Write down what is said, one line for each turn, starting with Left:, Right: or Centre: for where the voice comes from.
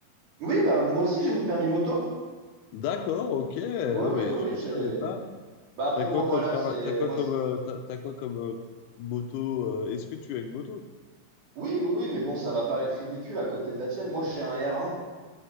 Right: Oui, bah, moi aussi, j'ai mon permis moto.
Left: D'accord, ok. Ah,
Right: Oui, oui,
Left: mais
Right: oui,
Left: je
Right: oui,
Left: ne
Right: j'ai.
Left: savais pas.
Right: Bah, après,
Left: T'as quoi
Right: moi, voilà,
Left: comme, par-
Right: c'est.
Left: t'as quoi
Right: Moi,
Left: comme,
Right: c'est-
Left: euh, t'as, t'as quoi comme euh, moto? euh, Est-ce que tu as une moto?
Right: oui, oui, oui, mais bon, ça va paraître ridicule à côté de la tienne. Moi, j'ai un R1.